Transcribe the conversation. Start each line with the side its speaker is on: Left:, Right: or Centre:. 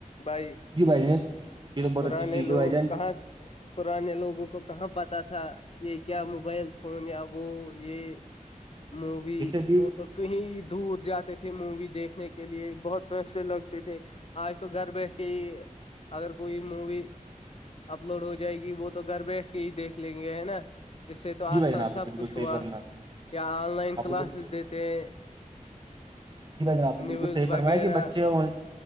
Left: بھائی
Right: جی بھائی جان یہ تو بہت
Left: پرانے
Right: اچھی چیز ہے
Left: لوگ
Right: بھائی جان
Left: کہاں پرانے لوگوں کو کہاں پتاہ تھا یہ کیا موبائل فون یا وہ یہ مووی
Right: اسے بھی
Left: وہ تو کہیں دور جات تھے مووی دیکھنے کے لیے بہت پیسے لگتے تھے آج تو گھر بیٹھ کے ہی اگر کوئی مووی اپلوڈ ہو جائے گی وہ تو گھر بیٹھ کے ہی دیکھ لیں گے ہے نا اس سے تو آسان
Right: جی بھائی جان آپ نے
Left: سب
Right: بالکل
Left: کچھ
Right: صحیح
Left: ہوا
Right: فرمایا
Left: یا آن لائن
Right: آپ
Left: کلاسز
Right: نے جی
Left: دیتے ہیں
Right: ج بھائی ج آپ نے بالکل
Left: نیوز
Right: صحیح
Left: وغیرہ
Right: فرمایا کہ بچے ہاں